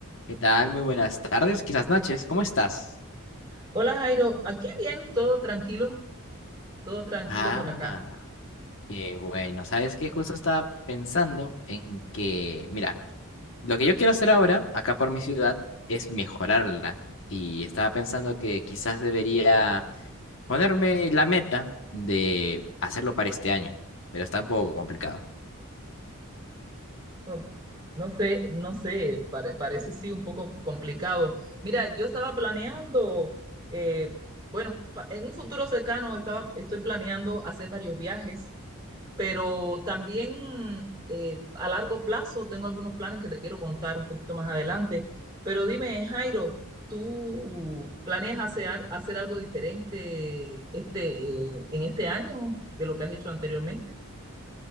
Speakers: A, on the left; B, on the right.
A: ¿Qué tal? Muy buenas tardes, quizás noches. ¿Cómo estás?
B: Hola Jairo, aquí bien, todo tranquilo, todo tranquilo
A: Ah,
B: por acá.
A: qué bueno. ¿Sabes qué? Justo estaba pensando en que, mira, lo que yo quiero hacer ahora, acá por mi ciudad, es mejorarla. Y estaba pensando que quizás debería ponerme la meta de hacerlo para este año, pero está un poco complicado.
B: Oh, no sé, no sé, pare- parece sí un poco complicado. Mira, yo estaba planeando, eh, bueno, pa- en un futuro cercano estaba, estoy planeando hacer varios viajes pero también eh, a largo plazo tengo algunos planes que te quiero contar un poquito más adelante. Pero dime, Jairo, ¿tú planeas hacer, hacer algo diferente este, eh, en este año de lo que has hecho anteriormente?